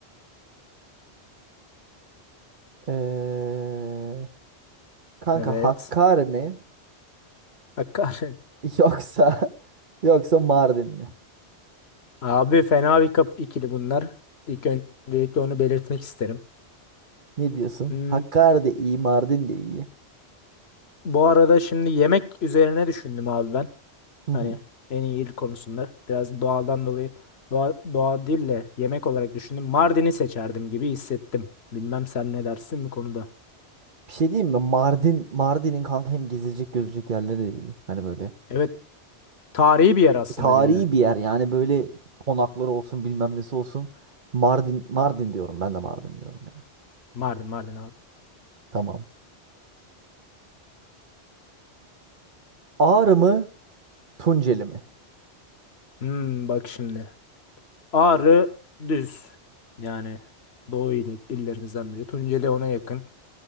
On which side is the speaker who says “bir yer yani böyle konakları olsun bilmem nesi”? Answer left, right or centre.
Right